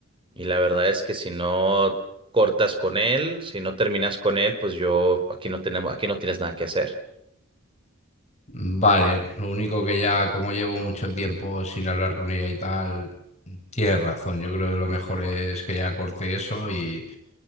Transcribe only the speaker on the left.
Vale, lo único que ya como llevo mucho tiempo sin hablar con ella y tal, tienes razón, yo creo que lo mejor es que ya corte eso y